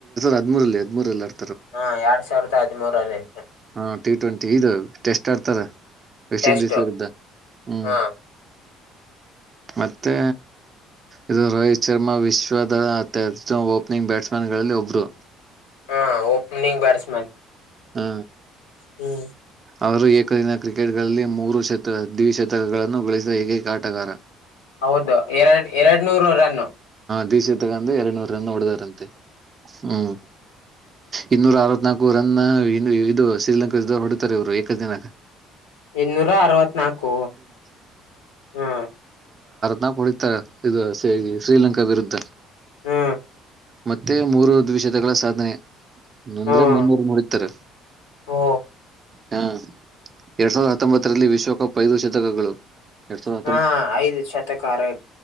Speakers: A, on the right; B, on the left.
A: ಹದ್ಮೂರಲ್ಲಿ ಹದ್ಮೂರಲ್ಲರ್
B: ಹಾ ಎರಡ್ ಸಾವಿರದ ಮುರಲ್ಲಿ
A: ಹಾ. ಟಿ ಟ್ವೆಂಟಿ ಇದು ಟೆಸ್ಟ್ ಆಡ್ತಾರ. ವೆಸ್ಟ್
B: ಟೆಸ್ಟ್
A: ಇಂಡೀಸ್ ವಿರುದ್ಧ ಹ್ಮ್.
B: ಹ
A: ಮತ್ತೆ ಇದು ರೋಹಿತ್ ಶರ್ಮಾ ವಿಶ್ವದತ್ಯಸು ಓಪ್ನಿಂಗ್ ಬ್ಯಾಟ್ಸ್ಮನ್ ಗಳಲ್ಲಿ ಒಬ್ರು.
B: ಹಾ. Opening batsman.
A: ಹ್ಮ.
B: ಹ್ಮ್.
A: ಅವರು ಏಕದಿನ ಕ್ರಿಕೆಟ್ಗಳಲ್ಲಿ ಮೂರು ಶತ ದ್ವಿಶತಕಗಳನ್ನು ಗಳಿಸಿದ ಏಕೈಕ ಆಟಗಾರ.
B: ಹೌದು ಎರಡ್ ಎರಡ್ ನೂರು ರನ್ನು.
A: ದ್ವಿ ಶತಕ ಅಂದ್ರೆ ಎರಡ್ನೂರ್ ರನ್ನು ಹೊಡೆದರಂತೆ ಹ್ಮ್. ಇನ್ನೂರ ಅರವತ್ನಾಲ್ಕು ರನ್ ಇದು ಇದು ಶ್ರೀಲಂಕಾ ಹೊಡಿದ್ ತಾರಿವ್ರು ಏಕ ದಿನ.
B: ಇನ್ನೂರ ಅರವತ್ನಾಕು ಹೂಂ.
A: ನ ಕುನಿತಾರೆ ಇದು ಶೀ ಶ್ರೀಲಂಕಾ ವಿರುದ್ಧ.
B: ಹ್ಮೂ.
A: ಮತ್ತೆ ಮೂರು ದ್ವಿಷತಕಗಳ ಸಾಧನೆ. ಇನ್ನೊಂದ್ರೆ
B: ಹ್ಮ್
A: ಮುನ್ನೂರನ್ ಹೊಡಿತಾರೆ
B: ಓ
A: ಹಾ. ಎರಡ್ ಸಾವಿರದ ಹತ್ತೊಂಬತ್ತರಲ್ಲಿ ವಿಶ್ವಕಪ್ ಐದು ಶತಕಗಳು. ಎರಡ್ ಸಾವಿರದ
B: ಹಾ ಐದು ಶತಕ ಆರಯ್